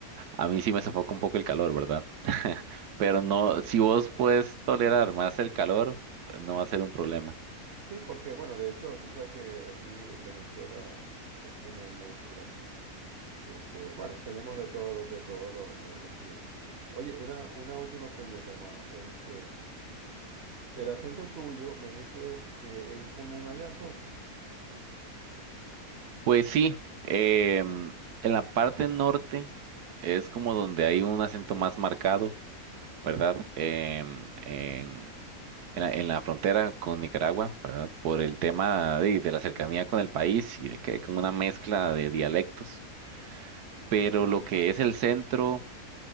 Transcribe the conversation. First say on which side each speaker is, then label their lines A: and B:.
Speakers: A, on the right; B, on the right.
A: a mí sí me sofoca un poco el calor, ¿verdad? <laughs> Pero no,
B: claro,
A: si vos
B: más
A: puedes
B: claro.
A: tolerar más el calor, pues no va a ser un problema.
B: Sí, porque bueno, de hecho, tú sabes que aquí en Venezuela eso no es muy un problema. Este, bueno, tenemos de todos los de todos los, los- los climas. Oye, una, una última pregunta, hermano. Este, el acento tuyo me dices que es común allá entonces.
A: Pues sí, em, en la parte norte es como donde hay un acento más marcado, ¿verdad? Em, En, en la, en la frontera con Nicaragua, ¿verdad? Por el tema de, de la cercanía con el país y de que hay como una mezcla de dialectos. Pero lo que es el centro,